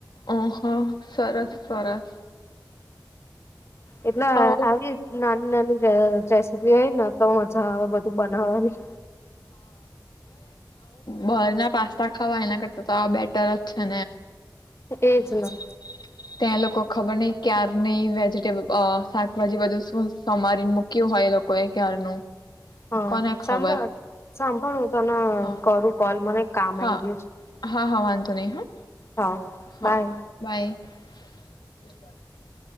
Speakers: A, on the left; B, on the left.
A: ઓહ સરસ સરસ
B: એટલે
A: આવ
B: આવી ના ન રેસીપી હોય ને તો મજા આવે બધું બનાવવાની
A: બહાર ના પાસ્તા ખાવા એના કરતા તો આ બેઠ <unintelligible> છે
B: એજ
A: <inaudible>
B: ને
A: તે લોકો. ખબર નહી ક્યાર નહી શાકભાજી <unintelligible> સોમારીને મૂક્યું હોય એ લોકો એ ક્યારનું.
B: હા
A: કોને
B: સાંભળ
A: ખબર
B: સાંભળ હું તને
A: હા
B: કરું કોલ મને કામ
A: હા
B: આવી ગયું છે,
A: હા હા વાંધો નહી હા
B: હા
A: હા
B: બાય.
A: <inaudible>